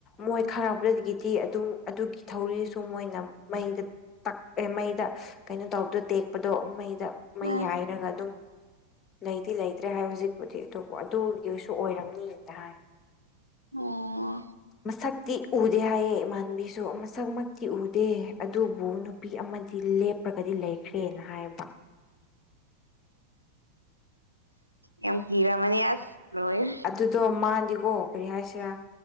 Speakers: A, on the left (about 25°); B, on the left (about 90°).
A: ꯃꯣꯏ ꯈꯪꯉꯛꯄꯗꯒꯤꯗꯤ ꯑꯗꯨꯝ ꯑꯗꯨꯒꯤ ꯊꯧꯔꯤꯁꯨ ꯃꯣꯏꯅ ꯃꯩꯗ ꯇꯛꯑꯦ ꯃꯩꯗ ꯀꯩꯅꯣ ꯇꯧꯕꯗꯣ ꯇꯦꯛꯄꯗꯣ ꯃꯩꯗ
B: ꯎꯝ
A: ꯃꯩ ꯌꯥꯏꯔꯒ ꯑꯗꯨꯝ ꯂꯩꯗꯤ ꯂꯩꯇ꯭ꯔꯦ ꯍꯥꯏ ꯍꯧꯖꯤꯛꯄꯨꯗꯤ ꯑꯗꯨꯕꯨ ꯑꯗꯨ ꯁꯨ ꯑꯣꯏꯔꯝꯅꯤꯅ ꯍꯥꯏ
B: ꯑꯣ
A: ꯃꯁꯛꯇꯤ ꯎꯗꯦ ꯍꯥꯏꯌꯦ ꯏꯃꯥꯟꯕꯤꯁꯨ ꯃꯁꯛꯃꯛꯇꯤ ꯎꯗꯦ ꯑꯗꯨꯕꯨ ꯅꯨꯄꯤ ꯑꯃꯗꯤ ꯂꯦꯞ ꯂꯦꯞꯔꯒꯗꯤ ꯂꯩꯈ꯭ꯔꯦꯅ ꯍꯥꯏꯕ
B: ꯌꯥꯝ ꯀꯤꯔꯝꯃꯅꯤ ꯑꯁ ꯂꯣꯏꯔꯦ
A: ꯑꯗꯨꯗꯣ ꯃꯥꯗꯤꯀꯣ ꯀꯔꯤ ꯍꯥꯏꯁꯤꯔꯥ